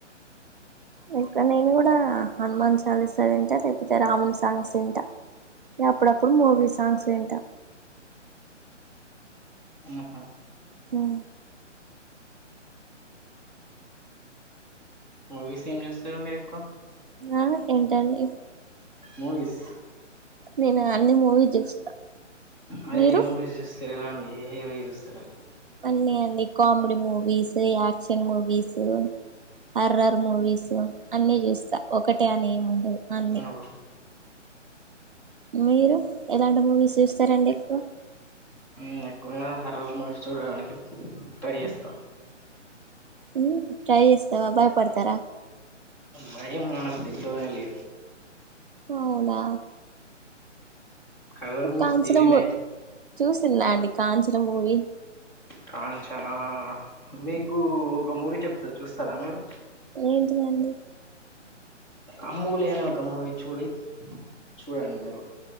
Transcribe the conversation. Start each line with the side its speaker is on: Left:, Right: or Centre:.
Right: ఇక్కడ నేను కూడా హనుమాన్ చాలీస అంట లే కాకపోతే రామున్ సాంగ్స్ వింటా అప్పుడప్పుడు మూవీ సాంగ్స్ విన్టా
Centre: ఆహా
Right: హ్మ్మ్
Centre: మూవీస్ ఏం చూస్తారు మీరు ఎక్కువ
Right: ఆ ఏంటండి
Centre: మూవీస్
Right: నేను అన్ని మూవీ చూస్తా
Centre: అదే
Right: మీరు
Centre: ఏ మూవీస్ చూస్తారు ఇలా ఏ హీరోయి చూస్తారు
Right: అన్నీ అండి comedy movies action movies horror movies అన్ని చూస్తా ఒకటి అట్టే అని ఏముండదు అన్ని
Centre: అప్పుడు
Right: మీరు ఎలాంటి మూవీస్ చూస్తారండి ఎక్కువ
Centre: నేను ఎక్కువగా హర్రర్ మూవిస్ చూడడానికి ట్రై చేస్తా
Right: హుమ్ ట్రై చేస్తావా భయపడతార
Centre: భయం మన బ్లడ్ లోనే లేదు
Right: అవునా
Centre: హర్రర్ మూవీస్
Right: కాంచన
Centre: డైలీ
Right: మూ
Centre: నైట్
Right: చూసింది అండి కాంచన మూవీ
Centre: కాంచనా మీకు ఒక మూవీ చెప్తారు చూస్తారా మీరు
Right: ఏంటిదండి
Centre: అమూల్య అనే ఒక మూవీ చూడి చూడండి మీరు